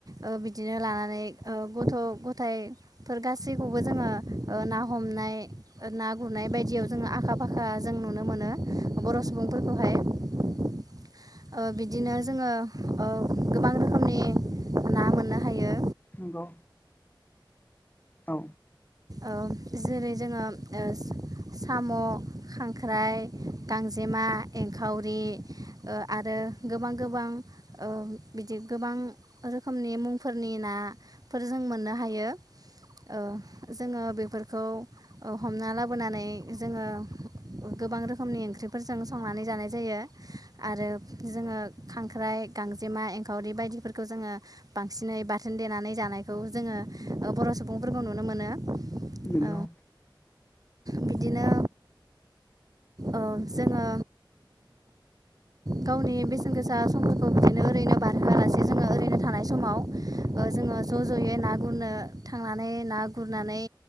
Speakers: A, on the right; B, on the left.
A: ओ बिदिनो लानानै ओ गथ' गथायफोर गासैखौबो जोङो ओ ना हमनाय ना गुरनाय बायदियाव जोङो आखा फाखा जों नुनो मोनो बर' सुबुंफोरखौहाय। ओ बिदिनो जोङो ओ गोबां रोखोमनि ना मोननो हायो।
B: नंगौ। औ
A: ओ जेरै जोङो ओ साम', खांख्राइ, गां जेमा, एंखावरि, ओ आरो गोबां गोबां ओ बिदि गोबां रोखोमनि मुंफोरनि नाफोर जों मोननो हायो। ओ जोङो बेफोरखौ ओ हमना लाबोनानै जोङो गोबां रोखोमनि ओंख्रि फोरजों संनानै जानाय जायो। आरो जोङो खांख्राइ, गांजेमा, एंखावरि, बायदिफोरखौ जोङो बांसिनै बाथोन देनानै जानायखौ जोङो ओ बर' सुबुंफोरखौ नुनो मोनो।
B: नोंगौ।
A: औ बिदिनो ओ जोङो गावनि बेसेन गोसा समफोरखौ बिदिनो ओरैनो बारहोआलासे जोङो ओरैनो थानाय समाव ओ जोङो ज' ज'यै ना गुरनो थांनानै ना गुरनानै